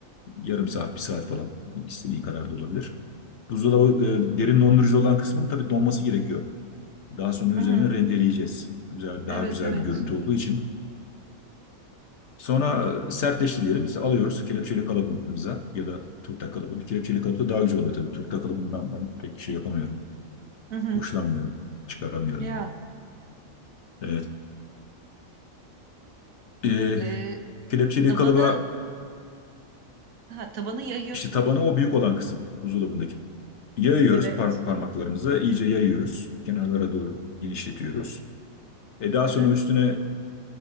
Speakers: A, on the left; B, on the right.
A: Yarım saat, bir saat falan. İstediğin kadar da olabilir. Buzdolabı e, derin dondurucu olan kısmının tabii donması gerekiyor. Daha sonra
B: Hı
A: üzerine
B: hı.
A: rendeleyeceğiz. Güzel,
B: Evet
A: daha güzel
B: evet.
A: bir görüntü olduğu için. Sonra e, sertleşti diyelim. Biz alıyoruz kelepçeli kalıbımıza ya da turta kalıbı. Bir kelepçeli kalıp da daha güzel oluyor tabii. Turta kalıbından ben pek şey yapamıyorum.
B: Hı hı.
A: Hoşlanmıyorum. Çıkaramıyorum
B: Ya.
A: yani. Evet. Ee,
B: E,
A: kelepçeli
B: tabanı
A: kalıba
B: ha, tabanı yayıyorsun.
A: işte tabanı o büyük olan kısım buzdolabındaki. Yayıyoruz
B: Evet.
A: par- parmaklarımıza. iyice yayıyoruz. Kenarlara doğru genişletiyoruz. E daha
B: Evet.
A: sonra üstüne